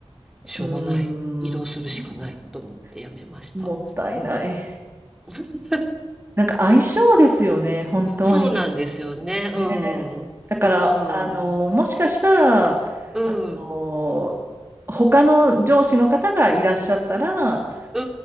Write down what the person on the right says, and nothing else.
ーん、
うーんもったいない。
なんか相性ですよね、本当に。
ねだから、
あの、もしかしたら、
あの、他の上司の方がいらっしゃったら、